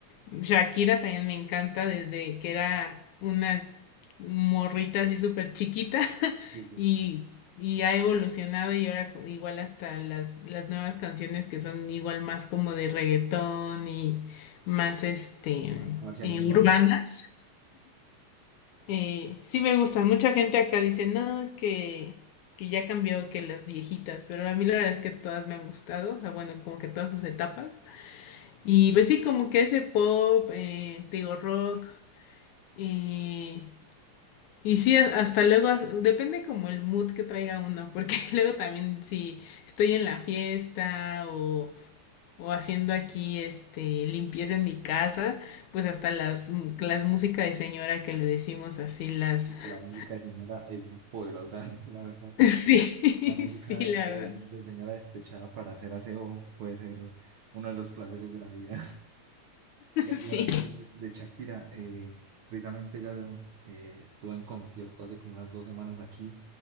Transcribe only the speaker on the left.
Shakira también me encanta desde que era una morrita así súper chiquita <laughs>
y, y ha evolucionado y ahora con- igual hasta las, las nuevas canciones que son igual más como de reggaetón y más este
eh,
urbanas.
Eh, sí me gusta, mucha gente acá dice no, que, que ya cambió que las viejitas, pero a mí la verdad es que todas me han gustado, o sea, bueno, como que todas sus etapas. Y pues sí, como que ese pop, eh, te digo rock, y, y sí, a- hasta luego, as- depende como el mood que traiga uno, porque <laughs> luego también si estoy en la fiesta o, o haciendo aquí este limpieza en mi casa, pues hasta las, las música de señora que le decimos así, las...
<laughs>
Sí, <laughs>
sí, la
verdad.
<laughs> Sí.